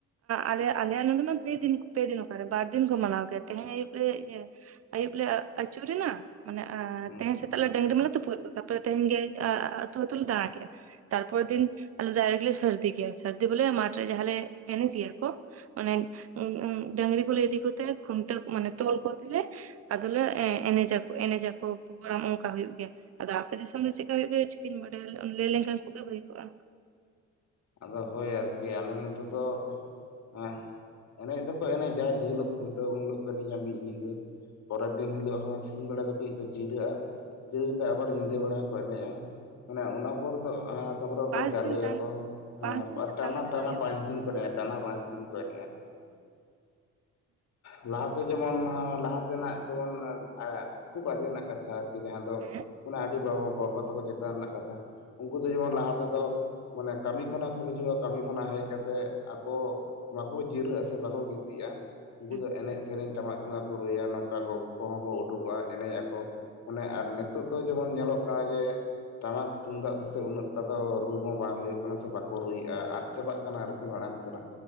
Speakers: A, on the right; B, on the left.
A: ᱟᱞᱮ ᱟᱞᱮᱭᱟᱜ ᱱᱚᱰᱮ ᱢᱟ ᱯᱮᱫᱤᱱ ᱯᱮᱫᱤᱱ ᱚᱠᱟᱨᱮ ᱵᱟᱨᱫᱤᱱ ᱠᱚ ᱢᱟᱱᱟᱣ ᱠᱮᱫᱭᱟ ᱛᱮᱦᱮᱧ ᱟᱭᱩᱵ ᱞᱮ ᱤᱭᱟᱹ ᱟᱹᱭᱩᱵ ᱞᱮ ᱟᱹᱪᱩᱨᱱᱟ ᱢᱟᱱᱮ
B: ᱦᱩᱸ
A: ᱛᱮᱦᱮ ᱥᱮᱛᱟᱜ ᱞᱮ ᱰᱟᱝᱨᱤ ᱢ ᱛᱟᱨᱯᱚᱨᱮ ᱛᱟᱦᱮᱱ ᱜᱮ ᱟᱹᱛᱳ ᱟᱹᱛᱳ ᱞᱮ ᱫᱟᱬᱟ ᱜᱮᱭᱟ ᱛᱟᱨᱯᱚᱨᱮ ᱫᱤᱱ ᱟᱞᱮ ᱰᱟᱭᱨᱮᱠᱴ ᱞᱮ ᱥᱟᱨᱫᱤ ᱜᱮᱭᱟ ᱥᱟᱹᱨᱫᱤ ᱵᱚᱞᱮ ᱢᱟᱴᱷ ᱨᱮ ᱡᱟᱦᱟᱸ ᱮᱱᱮᱡ ᱜᱮᱭᱟ ᱠᱚ ᱢᱟᱱᱮ ᱰᱟᱝᱨᱤ ᱠᱚᱞᱮ ᱤᱫᱤ ᱠᱚ ᱛᱟᱦᱮ ᱠᱷᱩᱱᱴᱟᱹ ᱢᱟᱱᱮ ᱛᱚᱞ ᱠᱚ ᱟᱫᱚᱞᱮ ᱮᱱᱮᱡᱟᱠᱚ ᱮᱱᱮᱡᱟᱠᱚ ᱚᱱᱠᱟ ᱦᱩᱭᱩᱜ ᱜᱮᱭᱟ ᱟᱫᱚ ᱟᱯᱮ ᱫᱤᱥᱚᱢ ᱨᱮ ᱪᱮᱠᱟ ᱦᱩᱭᱩᱜ ᱜᱮᱭᱟ ᱪᱤᱠᱟᱹᱧ ᱵᱟᱰᱟᱭ ᱞᱟᱹᱭ ᱞᱮᱱᱠᱷᱟᱱ ᱠᱷᱩᱵ ᱜᱮ ᱵᱷᱟᱹᱜᱮ ᱠᱚᱜᱼᱟ
B: ᱟᱫᱚ ᱦᱳᱭ ᱟᱨᱠᱤ ᱟᱞᱮ ᱱᱚᱛᱮ ᱫᱚ ᱦᱮᱸ ᱮᱱᱮᱡ ᱫᱚᱠᱚ ᱮᱱᱮᱡᱟ ᱡᱮ ᱦᱤᱞᱳᱜ ᱠᱷᱩᱱᱴᱟᱹᱣ ᱩᱱ ᱦᱤᱞᱳᱜ ᱠᱚ ᱮᱱᱮᱡᱟ ᱢᱤᱫ ᱧᱤᱫᱟᱹ ᱯᱚᱨᱮ ᱢᱤᱫ ᱫᱤᱱ ᱦᱤᱞᱳᱜ ᱦᱚᱸ ᱥᱤᱧ ᱵᱮᱲᱟ ᱫᱚ ᱠᱟᱹᱡ ᱠᱚ ᱡᱤᱨᱟᱹᱜᱼᱟ ᱡᱤᱨᱟᱹ ᱠᱟᱛᱮᱜ ᱟᱵᱟᱨ ᱧᱤᱫᱟᱹ ᱵᱮᱲᱟ ᱦᱚᱸᱠᱚ ᱮᱱᱮᱡᱼᱟ ᱢᱟᱱᱮ ᱚᱱᱟ ᱯᱚᱨ ᱫᱚ ᱛᱟᱨᱯᱚᱨᱮ ᱚᱱᱠᱟ
A: ᱯᱟᱸᱪ
B: ᱡᱟᱞᱮᱭᱟᱠᱚ
A: ᱫᱤᱱ ᱴᱟᱱ
B: ᱦᱮᱸ
A: ᱯᱟᱸᱪ ᱫᱤᱱ
B: ᱴᱟᱱᱟ ᱴᱟᱱᱟ
A: ᱦᱩᱭᱩᱜᱼᱟ
B: ᱯᱟᱸᱪ ᱫᱤᱱ ᱠᱚ ᱮᱱᱮᱡᱼᱟ ᱴᱟᱱᱟ ᱯᱟᱸᱪ ᱫᱤᱱ ᱠᱚ ᱮᱱᱮᱡᱼᱟ ᱞᱟᱦᱟ ᱡᱮᱢᱚᱱ ᱞᱟᱦᱟ ᱛᱮᱱᱟᱜ ᱡᱮᱢᱚᱱ ᱠᱷᱩᱵ ᱟᱜᱮᱱᱟᱜ ᱠᱟᱛᱷᱟ ᱡᱟᱦᱟᱸ ᱫᱚ
A: ᱦᱮᱸ
B: ᱢᱟᱱᱮ ᱟᱹᱰᱤ ᱵᱟᱵ ᱵᱟᱵᱟ ᱛᱟᱠᱚ ᱪᱮᱛᱟᱱ ᱨᱮᱱᱟᱜ ᱠᱟᱛᱷᱟ ᱩᱱᱠᱩ ᱫᱚ ᱡᱮᱢᱚᱱ ᱞᱟᱦᱟ ᱛᱮᱫᱚ ᱢᱟᱱᱮ ᱠᱟᱹᱢᱤ ᱠᱷᱚᱱᱟᱜ ᱠᱚ ᱦᱤᱡᱩᱜᱼᱟ ᱠᱟᱹᱢᱤ ᱠᱷᱚᱱᱟᱜ ᱦᱮᱡ ᱠᱟᱛᱮᱫ ᱟᱠᱚ ᱵᱟᱠᱚ ᱡᱤᱨᱟᱹᱜ ᱟ ᱥᱮ ᱵᱟᱠᱚ ᱜᱤᱛᱤᱡᱼᱟ ᱩᱱᱠᱩ
A: ᱦᱩᱸ
B: ᱫᱚ ᱮᱱᱮᱡ ᱥᱮᱨᱮᱧ ᱴᱟᱢᱟᱠ ᱛᱩᱢᱫᱟᱜ ᱠᱚ ᱨᱩᱭᱟ ᱱᱚᱝᱠᱟ ᱜᱚᱜᱚ ᱠᱚᱦᱚᱸ ᱠᱚ ᱩᱰᱩᱠᱚᱜᱼᱟ ᱮᱱᱮᱡ ᱟᱠᱚ ᱚᱱᱮ ᱟᱨ ᱱᱤᱛᱚᱜ ᱫᱚ ᱡᱮᱢᱚᱱ ᱧᱮᱞᱚᱜ ᱠᱟᱱᱟ ᱡᱮ ᱴᱟᱢᱟᱠ ᱛᱩᱢᱫᱟᱜ ᱛᱮᱥᱮ ᱩᱱᱟᱹᱜ ᱴᱟ ᱫᱚ ᱨᱩ ᱦᱚᱸ ᱵᱟᱝ ᱦᱩᱭᱩᱜ ᱠᱟᱱᱟ ᱥᱮ ᱵᱟᱠᱚ ᱨᱩᱭᱼᱟ ᱟᱫ ᱪᱟᱵᱟᱜ ᱠᱟᱱᱟ ᱟᱨᱠᱤ ᱢᱟᱲᱟᱝ ᱛᱮᱱᱟᱜ